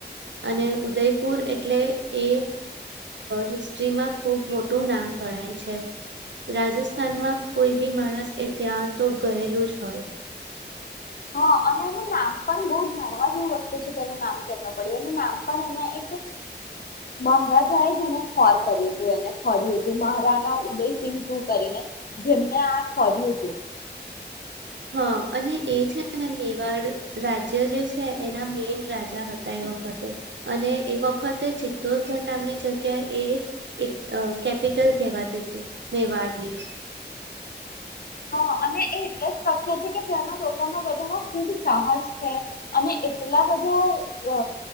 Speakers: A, on the right; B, on the left.
A: અને ઉદયપુર એટલે એ હિસ્ટ્રીમાં ખૂબ મોટું નામ ગણાય છે. રાજસ્થાનમાં કોઈ બી માણસ એ ત્યાં તો ગયેલું જ હોય.
B: હા અને એનું નામ પણ બહુ જાણવા જેવું વસ્તુ છે કે એનું નામ કેમ ન પડ્યું એનું નામ પણ એના એક મહારાજા એ જ એને ખોર કર્યું હતું એને ખોર્યું હતું મહાર- રાણા ઉદયસિં ટુ કરીને જેમને આ કર્યું હતું.
A: હા અને એ છે ને મેવાડ રાજ્ય જે છે એના મેઈન રાજા હતા એ વખતે અને એ વખતે ચિત્તોરગઢ નામની જગ્યા એ એક કેપિટલ કહેવાતી હતી મેવાડની.
B: હ અને એ એટલે જ. પ્રખ્યાત છે કે ત્યાંના લોકોમાં બધામાં ખુબ સાહસ છે, અને એટલા બધા અ